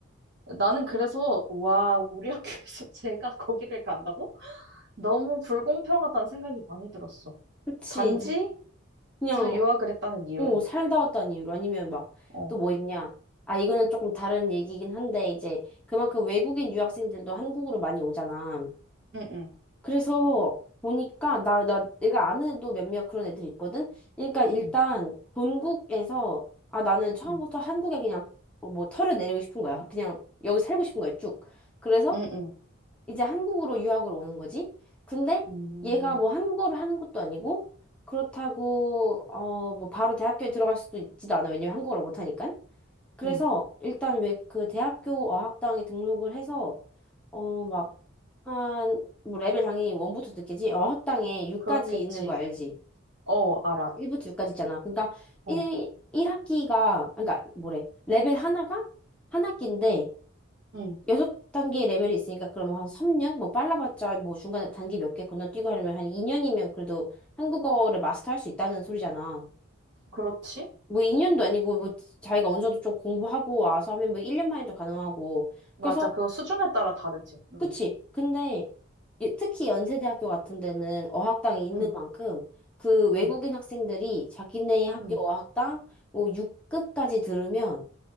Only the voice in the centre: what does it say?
그치.
나- 그냥,
어, 살다 왔다는 이유로 아니면 막
또 뭐 있냐? 아, 이거는 조금 다른 얘기긴 한데 이제 그만큼 외국인 유학생들도 한국으로 많이 오잖아.
그래서 보니까 나, 나 내가 아는 애도 몇몇 그런 애들 있거든. 그러니까 일단
본국에서 아, 나는 처음부터
한국에 그냥 뭐 털을 내리고 싶은 거야. 그냥 여기 살고 싶은 거야, 쭉. 그래서
이제 한국으로 유학을 오는 거지. 근데
얘가
뭐 한국어를 하는 것도 아니고 그렇다고 어 뭐 바로 대학교에 들어갈 수도 있지도 않아. 왜냐면 한국어를 못 하니까. 그래서
일단 왜 그 대학교 어학당에 등록을 해서 어 막 한 뭐 레벨 당연히 원부터 듣겠지. 어학당에 6까지
있는 거 알지?
1부터 6까지 있잖아. 그러니까
1일학기가 그러니까 뭐래? 레벨 하나가 한 학기인데
여섯 단계 레벨이 있으니까 그러면 한 3년? 뭐 빨라봤자 뭐 중간에 단계 몇 개 건너뛰고 하려면 한 2년이면 그래도 한국어를 마스터할 수 있다는 소리잖아.
뭐 2년도 아니고 뭐 자기가 어느 정도 좀 공부하고 와서 하면 뭐 1년 만에도 가능하고.
그래서
그치. 근데 이- 특히 연세대학교 같은 데는 어학당이 있는
만큼 그 외국인
학생들이 자기네 학교
어학당 뭐 6급까지 들으면